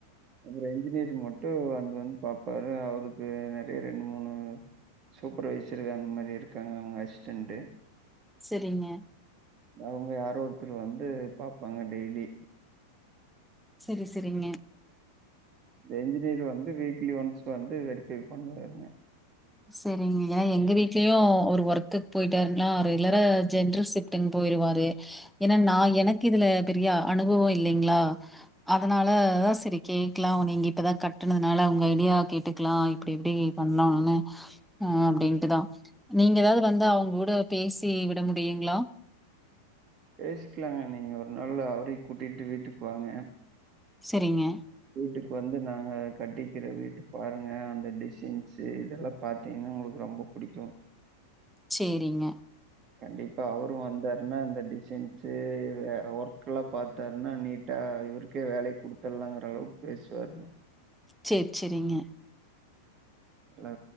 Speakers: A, on the right; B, in the centre.
A: அப்புற இன்ஜினியர் மட்டு வந்து வந்து பாப்பாரு அவருக்கு நெறைய ரெண்டு மூணு சூப்பரவைசரு அந் மாரி இருக்காங்க அவுங்க அசிஸ்டன்ட்டு
B: செரிங்க
A: அவுங்க யாரோ ஒருத்தரு வந்து பாப்பாங்க டெய்லி
B: செரி செரிங்க
A: இந்த இன்ஜினியர் வந்து வீக்லி ஒன்ஸ் வந்து வெரிஃபை பண்ணுவாருங்க
B: செரிங்க ஏனா எங்க வீட்லயு அவுரு ஒர்க்குக் போய்ட்டாருனா ரெகுலரா ஜென்ரல் ஷிஃப்ட் ட்டுன் போயிருவாரு ஏனா நா எனக்கு இதுல பெரிய அனுபவொ இல்லைங்ளா அதனால சரி கேக்லா நீங்க இப்ப தா கட்னதுனால உங்க ஐடியா கேட்டுக்லா அப்டி இப்டி பண்லான்னு அ அப்டின்ட்டுதா நீங்க எதாவ்து வந்து அவுங்க கூட பேசி விட முடியுங்ளா
A: பேசிக்லாங்க நீங்க ஒரு நாள்ள அவரையு கூட்டிட்டு வீட்டுக்கு வாங்க
B: செரிங்க
A: வீட்டுக்கு வந்து நாங்க கட்டிக்கிற வீட்டு பாருங்க அந்த டிசைன்ஸு இதெல்லாம் பாத்தீங்கன்னா உங்களுக்கு ரொம்பொ புடிக்கும்
B: செரிங்க
A: கண்டிப்பா அவரும் வந்தாருன்னா இந்த டிசைன்ஸு வேற ஒர்க்கல்லா பாத்தாருன்னா நீட்டா இவரு க்கே வேலையக் குடுத்துர்ல்லாங்குற அளவுக்கு பேசுவாருங்க
B: செர்ரி செரிங்க
A: ஆ